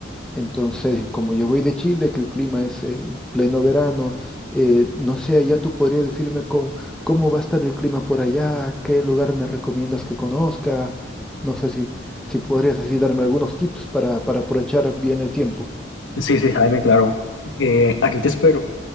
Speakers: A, in the centre; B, on the left (about 80°).
A: Entonces, y como yo voy de Chile, que el clima es eh, pleno verano, eh, no sé, allá tú podrías decirme cómo, cómo va a estar el clima por allá, qué lugar me recomiendas que conozca. No sé si, si podrías así darme algunos tips para, para aprovechar bien el tiempo.
B: Sí, sí, Jaime, claro. Eh, aquí te espero.